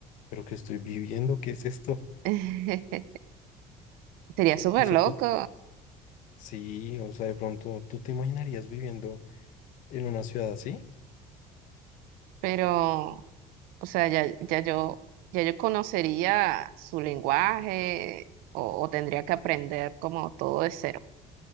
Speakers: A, on the left (about 60°); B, on the right (about 80°).
A: pero ¿qué estoy viviendo? ¿Qué es esto?
B: <laughs> Sería súper
A: O sea,
B: loco,
A: tú, sí, o sea, de pronto tú te imaginarías viviendo en una ciudad así.
B: pero, o sea, ya, ya yo, ya yo conocería su lenguaje o, o tendría que aprender como todo de cero.